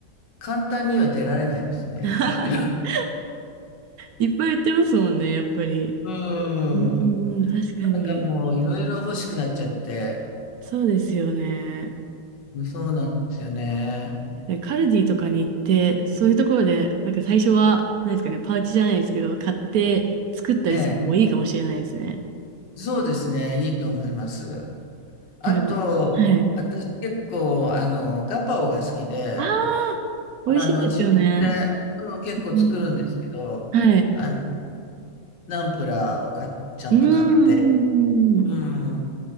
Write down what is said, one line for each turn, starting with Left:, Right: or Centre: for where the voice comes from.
Left: 簡単には出られないですね、
Right: <laughs>
Left: いろいろ。
Right: いっぱい言ってますもんね、やっぱり。
Left: う
Right: <laughs> うーん、
Left: ん。
Right: 確かに。
Left: なんかもういろいろ欲しくなっちゃって。
Right: そうですよね。
Left: うん、そうなんですよね。
Right: でカルディとかに行って、そういうところで、なんか最初は、何ですかね、パウチじゃないですけど、買って作ったりするのもいいかもしれないですね。
Left: ええ、そうですね、いいと思います。あと、
Right: なんか、はい。
Left: 私結構、あの、ガパオが好きで、
Right: ああ、美味しいですよね。
Left: あの、自分で、うん、結構作るんですけど、
Right: うんはい。
Left: あの、ナンプラーをか、ちゃんと買って、
Right: うーん。
Left: うん。